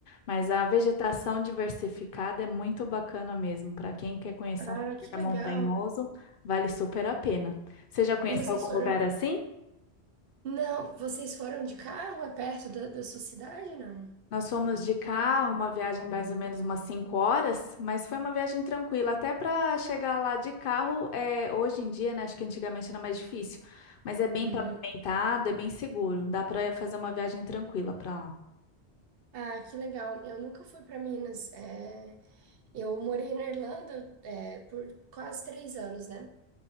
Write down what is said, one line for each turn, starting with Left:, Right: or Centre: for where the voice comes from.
Left: mas a vegetação diversificada é muito bacana mesmo. Para quem quer conhecer
Right: Ah,
Left: um
Right: que
Left: lugar
Right: legal.
Left: montanhoso, vale super a pena. Você já conheceu
Right: E vocês
Left: algum
Right: foram.
Left: lugar assim?
Right: Não, vocês foram de carro? É perto da, da sua cidade, não?
Left: Nós fomos de carro, uma viagem mais ou menos umas 5 horas, mas foi uma viagem tranquila. Até para chegar lá de carro, é, hoje em dia, né? Acho que antigamente era mais difícil, mas é bem
Right: Uhum.
Left: pavimentado, é bem seguro. Dá para fazer uma viagem tranquila para lá.
Right: Ah, que legal. Eu nunca fui para Minas. É, Eu morei na Irlanda, é, por quase três anos, né?